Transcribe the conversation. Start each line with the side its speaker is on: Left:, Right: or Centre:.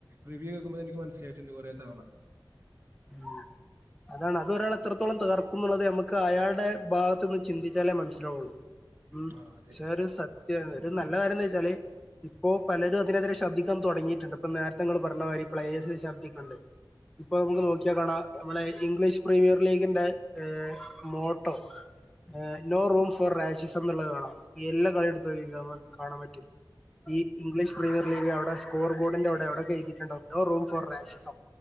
Right: റിവ്യൂ കേക്കുമ്പോ ത ക്ക് മനസ്സിലായിട്ടുണ്ട് കൊറേ തവണ
Centre: ഉം അതാണ് അത് ഒരാളെ എത്രത്തോളം തകർക്കുന്നുള്ളത് നമ്മക്ക് അയാളുടെ ഭാഗത്ത് നിന്ന് ചിന്തിച്ചാലേ മനസ്സിലാവുള്ളു ഉം
Right: ആ അതെ.
Centre: ശരി സ ന്നെയാ അത് നല്ല കാര്യന്ന് വെച്ചാല് ഇപ്പോ പലരും അതിനെതിരെ ശബ്ദിക്കാൻ തുടങ്ങിയിട്ടുണ്ട്. ഇപ്പൊ നേരത്തെ നിങ്ങള് പറഞ്ഞ മാതിരി പ്ലെയേഴ്സ് ശബ്ദിക്കണ്ട് പ്പൊ നമ്മള്
Right: ആ
Centre: റോ അ നമ്മളെ ഇംഗ്ലീഷ് പ്രീമിയർ ലീഗിന്റെ a motto a no room for റാശിസംന്നുള്ളതാണോ എല്ലാ കളിയെടുത്ത് <unintelligible> കാണൻ പറ്റും ഈ ഇംഗ്ലീഷ് പ്രീമിയർ ലീഗ് അവിടെ ശ് സ്കോർ ബോർഡിന്റെ അവിടെ അവിടെക്കെയ്‌തിട്ട്ണ്ടാവും നോ റൂം ഫോർ റാഷിസം